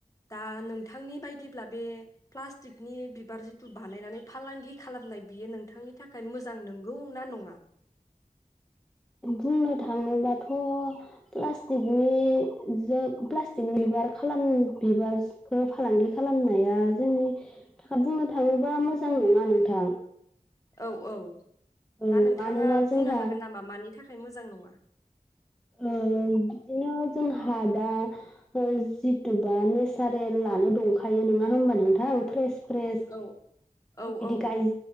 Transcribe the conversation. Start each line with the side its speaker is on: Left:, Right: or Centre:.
Left: दा नोंथांनि बायदिब्ला बे प्लास्टिकनि बिबार जिथु बानायनानै फालांगि खालामनाय बियो नोंथांनि थाखाय मोजां नंगौ ना नङा
Centre: बुंनो थाङोबाथ' प्लास्टिकनि जा प्लास्टिक बिबार खालाम बिबार फालांगि खालामनाया जोंनि थाखाय बुंनो थाङोबा मोजां नङा नोंथां
Left: औ औ
Centre: औ
Left: दा नोंथाङा
Centre: मानोना
Left: बुंनो
Centre: जोंहा
Left: हागोन नामा मानि थाखाय मोजां नङा
Centre: ओ बिदिनो जोंहा दा जिथुबा नेसारेलानो दंखायो नङा होमबा नोंथां फ्रेस फ्रेस
Left: औ औ
Centre: बिदि
Left: औ
Centre: गाय